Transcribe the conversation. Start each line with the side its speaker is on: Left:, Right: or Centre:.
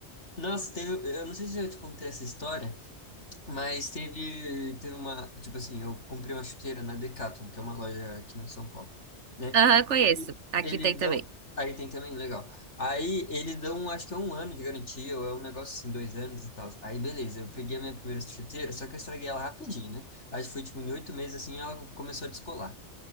Left: Nossa, teve, eu não sei se eu já te contei essa história, Mas teve, teve uma, tipo assim, eu comprei uma chuteira na Decathlon, que é uma loja aqui em São Paulo, né?
Right: Aham, conheço.
Left: E
Right: Aqui
Left: eles
Right: tem também.
Left: dão, aí tem também, legal. Aí eles dão, acho que é um ano de garantia, ou é um negócio assim, dois anos e tal. Aí beleza, eu peguei a minha primeira chuteira, só que eu estraguei ela rapidinho, né? Aí foi tipo em oito meses assim, ela começou a descolar.